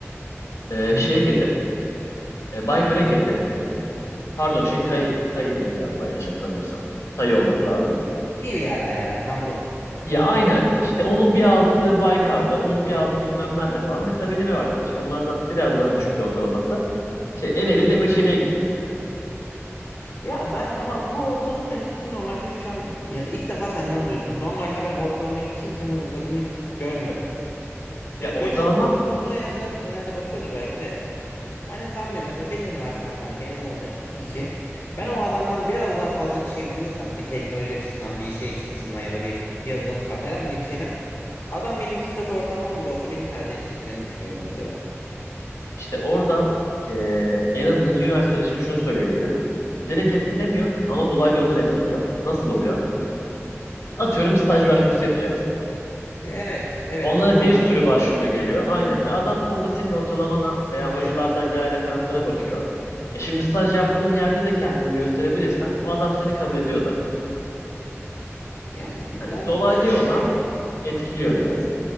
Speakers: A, on the left; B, on the left.
A: Ee,
B: Hı hı.
A: şeye girdi. E, Baykar'a girdi. Pardon şey Tay, Tay'deydi galiba yanlış hatırlamıyorsam. Tay olması lazım.
B: İyi bir yerde yani anladım.
A: Ya aynen işte onun bir altı Baykar'da, onun bir altı bilmem nerede falan. Mesela benim ev arkadaşım onlardan biraz daha düşüktü ortalaması. Şey Ereğli Demirçeli'ye gitti mesela.
B: Ya ben ama bu ortalama mevzusunu normalde şu an ya ilk defa senden duydum. Normalde ben ortalamayı kimsenin umursadığını görmüyordum.
A: Ya
B: Yani
A: ortalama
B: böyle çok kurumsal yerler genelde bakıyordur belki de. Hani sanmıyorum mesela benim üniversitemden mezun olacak iki kişi
A: hı
B: ben
A: hı.
B: o adamdan biraz daha fazla bir şey biliyorsam bir teknoloji açısından bir şey açısından ya da bir yazılımsal herhangi bir şeyden adam benim iki katı ortamım bile olsa beni tercih edeceklerini düşünüyorum mesela.
A: işte orada e, en azından üniversiteler için şunu söyleyebilirim. Direkt etkilemiyor ama dolaylı yoldan etkiliyor. Nasıl oluyor? Atıyorum staj başvurusu yapacaksın.
B: Evet evet
A: Onlara
B: o konular
A: bir sürü başvuru
B: doğru.
A: geliyor. Aynen ve adam orada senin ortalamana veya
B: Evet
A: hocalardan gelen referanslara bakıyor. E şimdi staj yaptığın yerde de kendini gösterebilirsen o adam seni kabul ediyor zaten.
B: yani
A: Hani
B: ben
A: dolaylı
B: şu
A: yoldan
B: an
A: etkiliyor biraz.